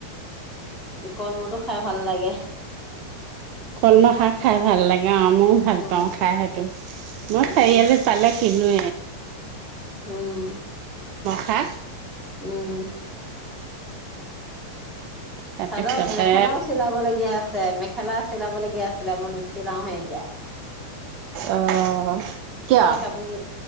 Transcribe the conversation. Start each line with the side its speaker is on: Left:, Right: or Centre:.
Centre: উম কলমটো খাই ভাল লাগে
Right: কলম খা খাই ভাল লাগে অ ময় ভাল
Centre: উম,
Right: পাওঁ খাই সেইটো
Centre: উম,
Right: মই চাৰিআলি তালে কিনো
Centre: উম।
Right: হা
Centre: উম
Right: তাৰপিছতে
Centre: চাদৰ মেখেলাও চিলাব লগগীয়া আছে মেখেলা চিলাব লগীয়া আছিলে মই নিচিলাওহে এতিয়া।
Right: অ কিয়
Centre: এই কাপোৰযোৰ